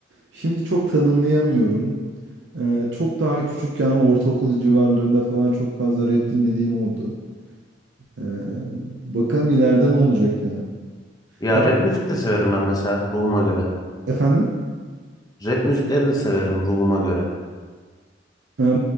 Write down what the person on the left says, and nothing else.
Ya
rap müzik de severim ben mesela ruhuma göre.
Rap müzikleri de severim ruhuma göre.